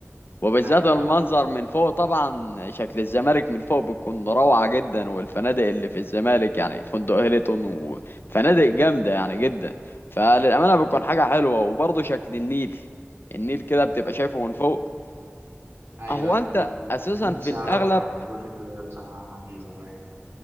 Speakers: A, on the left; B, on the right.
A: وبالذات
B: ايوه
A: المنظر
B: طبعا
A: من فوق طبعا شكل الزمالك من فوق بتكون روعة جدا والفنادق اللي في الزمالك يعني فندق هيلتون وفنادق جامدة يعني جدا فللأمانة بتكون حاجة حلوة وبرضه شكل النيل النيل كده بتبقى شايفه من فوق
B: ايوه
A: هو انت
B: اكيد
A: اساسا
B: انا نفسي
A: في الاغلب
B: اروح برج القاهره بصراحه من زمان